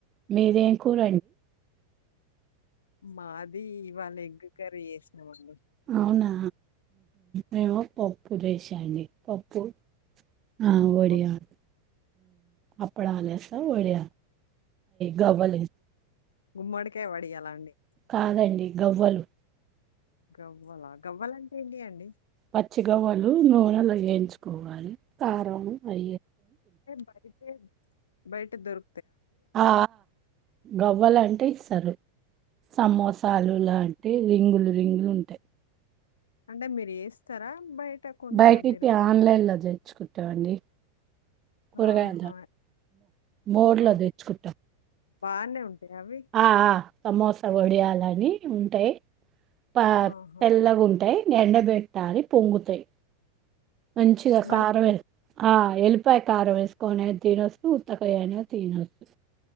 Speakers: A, on the right; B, on the left.
A: మిది ఆమె కూర
B: మాది వాళ్ళ ఎగ్ కర్రీ చేసినమండి
A: అవునా మేమ పప్పు చేేశాడి పప్పు హా వడియాలు
B: పప్
A: అప్పులు గవలు
B: గుమ్మడికే వడియాల అండి
A: కాదండి గవ్వలు
B: గవ్వల గవ్వలంటే ఏంటి అండి
A: పచ్చిికవ్వలు నూనెలు వేయించుకోవాలి కారం ఫ్రీ
B: బయట బయట దరు
A: ఆ గవ్వాలంటే ఇసారు సమోసాలు లాంటి రింగులు రింగులు ఉంటాయి
B: అంటే మీరు చేస్తారా బయట కొన్నారా
A: బయట
B: మీరు
A: ఆన్లైన్ లో తెర్చ్చుకుంటావండి కూరగాయ
B: ఆహా
A: మోర్
B: ఆ
A: లో తెచ్చుకుంటే
B: బానే ఉంటాయా అవి
A: ఆ సమోసా వడియాలని ఉంటాయి ప
B: ఆహా
A: తెల్లగా ఉంటాయి ఎండబెట్టాలి పొంగుతాయి మంచిగా
B: మళ్ళీ
A: కారం వె వెలుపు కారం వేసుకొనేది తినొచ్చు ఉత్తకయ అనేది తినొచ్చు